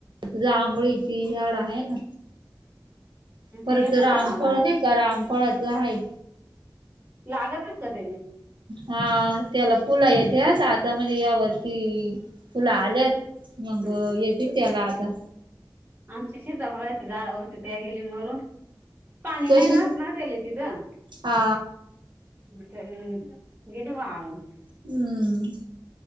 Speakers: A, on the right (about 85°); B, on the right (about 25°).
A: जांभळीची झाड आहे ना परत
B: येतात
A: रामफळ
B: का आंबळा
A: नाही का रामफळाच आहे
B: लागत असता त्याले
A: हो त्याला फुलं येत्यात आता म्हणजे या वर्षी फुलं आल्यात
B: हं,
A: मंग
B: हं, हं.
A: येतील त्याला आता
B: आमची सीताफळाची झाडं होती त्या गेली मरून पाणी
A: कशी
B: नाही राहत ना त्याले तिथं
A: हा
B: <unintelligible>
A: हम्म